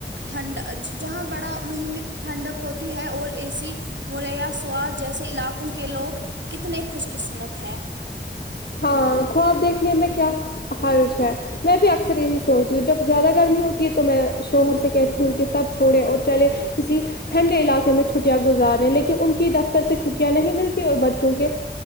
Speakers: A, on the right; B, on the left.
A: ٹھنڈ جہاں بڑا مہینے ٹھنڈک ہوتی ہے اور اے سی مریا سواد جیسے علاقوں کے لوگ کتنے خوش قسمت ہیں
B: ہاں خواب دیکھنے میں کیا حرج ہے میں بھی اکثر یہی سوچ تو جب زیادہ گرمی ہوتی ہے تو میں شوہر سے کہتی ہوں کہ سب چھوڑیں اور چلے کسی ٹھنڈے علاقے میں چھٹیاں گزارے لیکن ان کی دفتر سے چھٹیاں نہیں ملتی اور بچوں کے